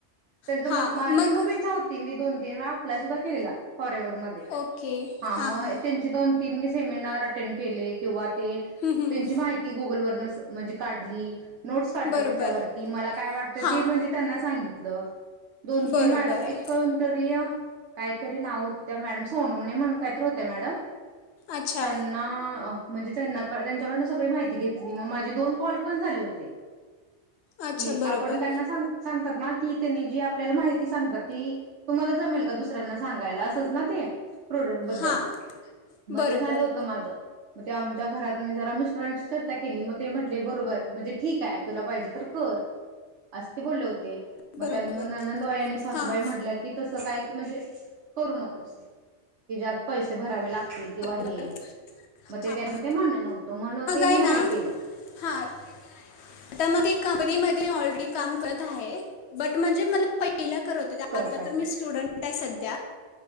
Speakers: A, on the right (about 75°); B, on the left (about 70°).
A: त्यांच
B: हां
A: म माझी
B: मग
A: खूप इच्छा होती मी दोन तीन वेळा अप्लाय सुद्धा केलेला. फॉरेवर मध्ये
B: ओके कॉलेजमध्ये.
A: हा
B: हां
A: मग
B: हां
A: त्यांचे दोन तीन मी सेमिनार अटेंड केले. किंवा ते
B: हं, हं.
A: त्यांची माहिती गुगल वरन म्हणजे काढली नोट्स काढल्या
B: बरोबर
A: त्याच्यावरती मला काय वाटत
B: मॅडमांना हां
A: ते म्हणजे त्यांना सांगितलं दोन
B: बरोबर
A: तीन मॅडम एक
B: आहे
A: कोणतरी काहीतरी नाव होतं. त्या मॅडम सोनो ने म्हणून काय तर होत्या मॅडम
B: अच्छा
A: त्यांना म्हणजे त्याना त्यांच्याकडन सगळी माहिती घेतली मग माझे दोन कॉल पण झाले होते
B: अच्छा
A: की आपण
B: बरोबर
A: त्यांना सांग सांगतात ना की त्यांनी जी आपल्याला माहिती सांगतात, ती तुम्हाला जमेल का दुसऱ्यांना सांगायला. असंच ना ते. प्रॉडक्टबद्ल
B: हां
A: मग
B: बरोबर
A: ते झालं होत, माझ ते आम त्या घरात मी जरा मिस्टरांशी चर्चा केली, मग ते म्हटले बरोबर म्हणजे ठीक आहे. तुला पाहिजे तर कर अस. ते बोलले होते, मग
B: बरोबर
A: त्या नंदबाई आणि सासूबाई
B: हां
A: म्हटल्या की तस काय म्हणजे करू नकोस. कि ज्यात पैसे भरावे लागतील. किंवा हे
B: बरोबर
A: मग ते
B: हां
A: त्यांना ते मान्य नव्हतं. मग ते
B: आहे
A: मी नाही
B: ना
A: केलं.
B: हां आता मग एक कंपनीमध्ये ऑलरेडी मी काम करत आहे. बट म्हणजे मला पहिलं करत होते.
A: करतायच
B: आता तर मी स्टुडंट आहे. सध्या